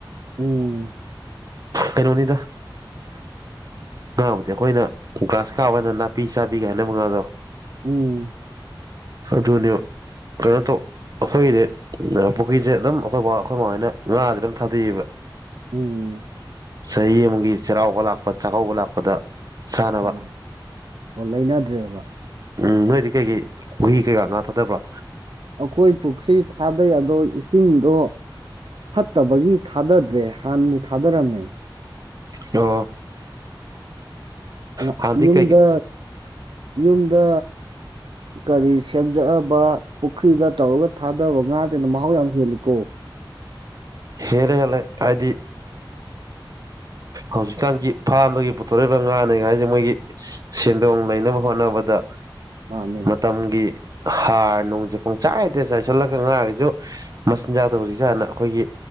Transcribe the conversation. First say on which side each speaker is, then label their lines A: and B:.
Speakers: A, on the right (about 75°); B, on the right (about 45°).
A: ꯎꯝ
B: ꯀꯩꯅꯣꯅꯤꯗ ꯉꯥꯕꯨꯗꯤ ꯑꯩꯈꯣꯏꯅ ꯒ꯭ꯔꯥꯁ ꯀꯥ ꯑꯣꯏꯅ ꯅꯥ ꯄꯤ ꯁꯥꯥꯕꯤꯒ ꯍꯥꯏꯅ ꯃꯉꯥꯗꯣ
A: ꯎꯝ
B: ꯑꯗꯨꯅꯦ ꯀꯩꯅꯣ ꯇꯧ ꯑꯩꯈꯣꯏꯒꯤꯗꯤ ꯄꯨꯈ꯭ꯔꯤꯁꯦ ꯑꯗꯨꯝ ꯑꯩꯈꯣꯏ ꯕ ꯑꯩꯈꯣꯏ ꯃꯕꯥꯅ ꯉꯥꯁꯦ ꯑꯗꯨꯝ ꯊꯥꯗꯩꯑꯕ
A: ꯎꯝ
B: ꯆꯍꯤ ꯑꯃꯒꯤ ꯆꯩꯔꯥꯎꯕ ꯂꯥꯛꯄ ꯆꯥꯛꯀꯧꯕ ꯂꯥꯛꯄꯗ ꯁꯅꯅꯕ
A: ꯎꯝ ꯑꯣ ꯂꯩꯅꯗ꯭ꯔꯦ ꯑꯃ
B: ꯎꯝ ꯅꯣꯏꯗꯤ ꯀꯩꯒꯤ ꯄꯨꯍꯤ ꯀꯩꯀꯥ ꯉꯥ ꯊꯥꯗꯕ꯭ꯔꯥ
A: ꯑꯩꯈꯣꯏ ꯄꯨꯈ꯭ꯔꯤ ꯊꯥꯗꯩ ꯑꯗꯣ ꯏꯁꯤꯡꯗꯣ ꯐꯠꯇꯕꯒꯤ ꯊꯥꯗꯗ꯭ꯔꯦ ꯍꯥꯟꯅꯅꯤ ꯊꯥꯗꯔꯝꯃꯦ
B: ꯑꯣ
A: ꯎꯝ
B: ꯍꯥꯟꯅꯗꯤ
A: ꯌꯨꯝꯗ
B: ꯀꯩ
A: ꯌꯨꯝꯗ ꯀꯔꯤ ꯁꯦꯝꯖꯑꯕ ꯄꯨꯈ꯭ꯔꯤꯗ ꯇꯧꯔꯒ ꯊꯥꯗꯕ ꯉꯥꯗꯅ ꯃꯍꯥꯎ ꯌꯥꯝ ꯍꯦꯜꯂꯤꯀꯣ
B: ꯍꯦ ꯂꯩ ꯍꯦꯂ ꯂꯩ ꯍꯥꯏꯥꯏꯗꯤ ꯍꯧꯖꯤꯛꯀꯥꯟꯒꯤ ꯐꯥꯝꯗꯒꯤ ꯄꯨꯊꯣꯔꯏꯕ ꯉꯥꯅꯤ ꯉꯥꯏꯁꯦ ꯃꯣꯏꯒꯤ ꯁꯦꯟꯗꯣꯡ ꯂꯩꯅꯕ ꯍꯣꯠꯅꯕꯗ
A: ꯃꯥꯅꯦ
B: ꯃꯇꯝꯒꯤ ꯍꯥꯔ ꯅꯨꯡꯁꯦ ꯄꯨꯡꯆꯥꯏꯗꯦ ꯆꯥꯏꯁꯤꯜꯂꯒ ꯉꯥꯔꯒꯁꯨ ꯃꯆꯤꯟꯖꯥꯛꯇ ꯍꯧꯖꯤꯛ ꯆꯥꯅ ꯑꯩꯈꯣꯏꯒꯤ